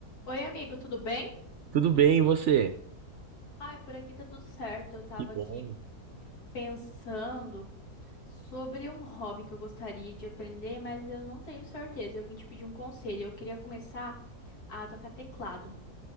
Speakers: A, on the left; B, on the right.
A: Oi, amigo, tudo bem?
B: Tudo bem, e você?
A: Ai, por aqui tá tudo certo. Eu tava
B: Que
A: aqui
B: bom.
A: pensando sobre um hobby que eu gostaria de aprender, mas eu não tenho certeza. Eu vim te pedir um conselho. Eu queria começar a tocar teclado.